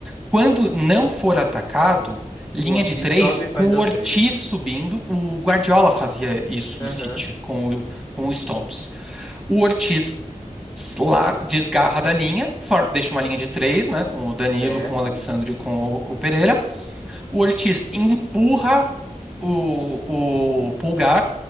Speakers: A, in the centre; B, on the left.
A: Quando não for atacado, linha
B: O Ortiz
A: de três,
B: sobe e faz
A: com o
B: uma
A: Ortiz
B: 3.
A: subindo. O Guardiola fazia isso
B: Aham.
A: no City,
B: Uhum.
A: com o, com o Stones. O Ortiz lar- desgarra da linha, for- deixa uma linha de três, né? Com o Danilo,
B: certo?
A: com o Alexandre e com o, o Pereira. O Ortiz empurra o, o Pulgar,